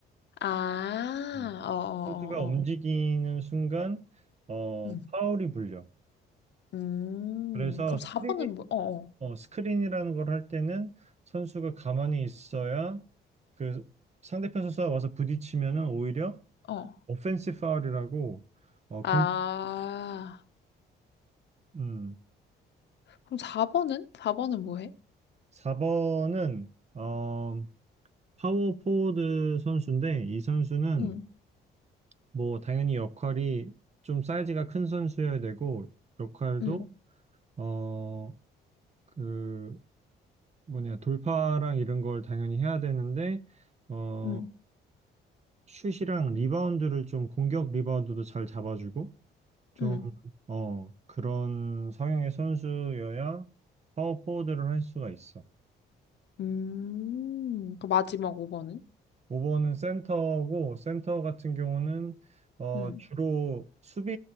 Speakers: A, on the left; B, on the right.
A: 아,
B: 어.
A: 어, 어, 어,
B: 선수가 움직이는
A: 어.
B: 순간, 어,
A: 음.
B: 파울이 불려.
A: 음.
B: 그래서
A: 그럼
B: 스크린,
A: 4번은 뭐, 어,
B: 어, 스크린이라는 걸 할 때는 선수가 가만히 있어야 그 상대편 선수가 와서 부딪히면은 오히려
A: 어, 어.
B: 오펜시 파울이라고, 어,
A: 아.
B: 공, 음,
A: 그럼 4번은? 4번은 뭐 해?
B: 4번은, 어, 파워 포워드 선수인데, 이 선수는
A: 응,
B: 뭐 당연히 역할이 좀 사이즈가 큰 선수여야 되고 역할도
A: 응,
B: 어 그 뭐냐 돌파랑 이런 걸 당연히 해야 되는데 어
A: 응,
B: 슛이랑 리바운드를 좀 공격 리바운드도 잘 잡아주고 좀
A: 응.
B: 어 그런 성향의 선수여야 파워 포워드를 할 수가 있어.
A: 음. 그 마지막 5번은?
B: 5번은 센터고 센터 같은 경우는 어,
A: 응,
B: 주로 수비